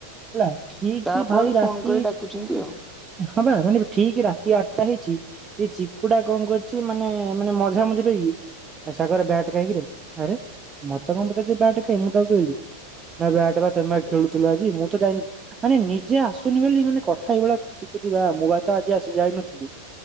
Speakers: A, on the right; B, in the centre.
A: ହେଲା। ଠିକି
B: ତାପରେ
A: ଭାଇ ରାତି
B: ଫୋନ କରି ଡାକୁଛନ୍ତି ଆଉ
A: ହଁ ବା ମାନେ ଠିକ ରାତି ଆଟ ଟା ହେଇଚି ହିଚ କୁକୁଡା ଙ୍କ କରିଚି ମାନେ ମାନେ ମଝାମଝି ରହି ଆ ସାଗର ବ୍ୟାଟ୍ କାଇ କିରେ ଆରେ ମତେ ଙ୍କ ପଚାରୁଚୁ ବ୍ୟାଟ କାଇ ମୁଁ ତାକୁ କହିଲି। ନା ବ୍ୟାଟ ବା ତମେ ବା ଖେଳୁଥିଲ ଆଜି ମୁଁ ତ ଯାଇନି ଆରେ ନିଜେ ଆସୁନି ବୋଲି ମାନେ କଥା ଏଇଭଳିଆ କୁ ଯିବା ମୁଁ ବା ତ ଆଜି ଆସି ଯାଇନଥିଲି।